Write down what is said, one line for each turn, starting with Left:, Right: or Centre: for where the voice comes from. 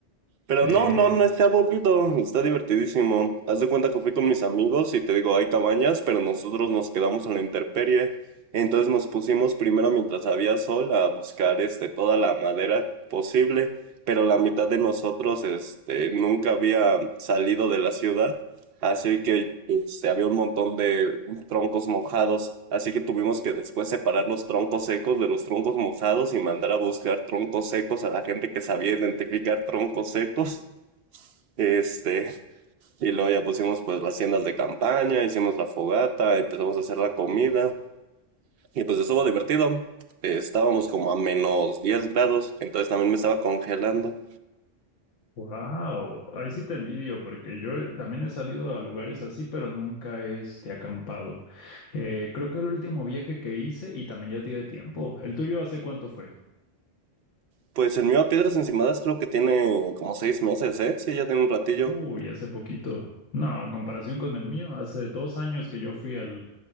Right: Pero
Left: Este
Right: no, no, no está aburrido, está divertidísimo. Haz de cuenta que fui con mis amigos y te digo, hay cabañas, pero nosotros nos quedamos en la intemperie. Entonces nos pusimos primero mientras había sol a buscar este toda la madera posible, pero la mitad de nosotros este nunca había salido de la ciudad Así que este, había un montón de troncos mojados, así que tuvimos que después separar los troncos secos de los troncos mojados y mandar a buscar troncos secos a la gente que sabía identificar troncos secos. Este, y luego ya pusimos pues las tiendas de campaña, hicimos la fogata, empezamos a hacer la comida y pues estuvo divertido. Eh, Estábamos como a menos 10 grados, entonces también me estaba congelando.
Left: Wow, ahí sí te envidio porque yo he- también he salido a lugares así, pero nunca he este, acampado. Eh, creo que el último viaje que hice y también ya tiene tiempo. ¿El tuyo hace cuánto fue?
Right: Pues el mío a Piedras Encimadas creo que tiene como 6 meses, ¿eh? Sí, ya tiene un ratillo.
Left: Uy, hace poquito. No, a comparación con el mío, hace dos años que yo fui al,